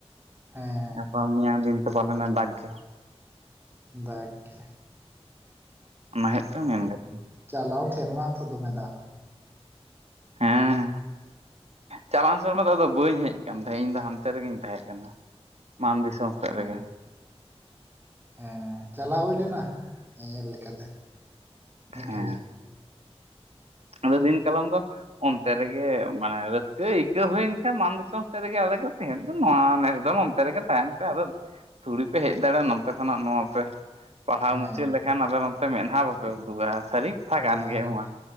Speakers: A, on the right (about 20°); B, on the right (about 75°).
A: ᱦᱮᱸ
B: ᱜᱟᱯᱟ
A: ᱦᱮᱸ
B: ᱢᱮᱧᱟᱝ ᱫᱤᱱ ᱛᱮ ᱯᱟᱞᱮᱱᱮ ᱫᱟᱜ ᱜᱮ᱾
A: ᱫᱟᱜᱽ ᱜᱮ᱾
B: ᱚᱱᱟ ᱦᱩᱭᱩᱜ ᱠᱟᱱᱟ ᱢᱮᱱ ᱠᱟᱛᱷᱟ᱾
A: ᱪᱟᱞᱟᱣ ᱥᱮᱨᱢᱟ ᱦᱚᱛᱚ ᱫᱚᱢᱮ ᱫᱟᱜ?
B: ᱦᱮᱸ, ᱪᱟᱞᱟᱣ ᱥᱮᱨᱢᱟ ᱫᱚ ᱟᱫᱚ ᱵᱟᱹᱧ ᱦᱮᱡ ᱠᱟᱱ ᱛᱟᱦᱮᱸᱫ ᱤᱧ ᱫᱚ ᱦᱟᱱᱛᱮ ᱨᱮᱜᱤᱧ ᱛᱟᱦᱮᱸ ᱠᱟᱱᱟ ᱢᱟᱱ ᱫᱤᱥᱚᱢ᱾ ᱥᱮᱫ
A: ᱚ
B: ᱨᱮᱜᱮ
A: ᱦᱮᱸ ᱪᱟᱞᱟᱣ ᱦᱩᱭ ᱞᱮᱱᱟ ᱧᱮᱧᱮᱞ ᱞᱮᱠᱟᱛᱮ᱾ ᱢᱤᱫ
B: ᱦᱮᱸ,
A: ᱜᱷᱟᱹᱲᱤ
B: ᱟᱫᱚ ᱫᱤᱱ ᱠᱟᱞᱚᱢ ᱫᱚ ᱚᱱᱛᱮ ᱨᱮᱜᱮ ᱢᱟᱱᱮ ᱨᱟᱹᱥᱠᱟᱹ ᱟᱹᱭᱠᱟᱹᱣ ᱦᱩᱭᱮᱱ ᱠᱷᱟᱱ ᱢᱟᱱ ᱫᱤᱥᱚᱢ ᱥᱮᱫ ᱨᱮᱜᱮ ᱟᱞᱮ ᱫᱚ ᱛᱮᱦᱮᱱ ᱫᱚ ᱱᱚᱣᱟ ᱱᱮᱥ ᱫᱚ ᱱᱚᱛᱮ ᱨᱮᱜᱮ ᱛᱟᱦᱮᱱ ᱯᱮ, ᱟᱫᱚ ᱛᱷᱩᱲᱤ ᱯᱮ ᱦᱮᱡ ᱫᱟᱲᱮᱭᱟᱜᱼᱟ ᱱᱚᱛᱮ ᱠᱷᱚᱱᱟᱜ ᱱᱚᱣᱟ ᱯᱮ ᱯᱟᱲᱦᱟᱣ
A: ᱦᱮᱸ
B: ᱢᱩᱪᱟᱹᱫ ᱞᱮᱠᱷᱟᱱ,
A: ᱛᱚ
B: ᱟᱫᱚ ᱱᱚᱛᱮ ᱢᱮᱫᱦᱟ ᱵᱟᱯᱮ ᱩᱫᱩᱜᱟ ᱥᱟᱨᱤ ᱠᱟᱛᱷᱟ
A: ᱵᱟᱝ
B: ᱠᱟᱱ ᱜᱮ
A: ᱦᱮᱸ
B: ᱢᱟ,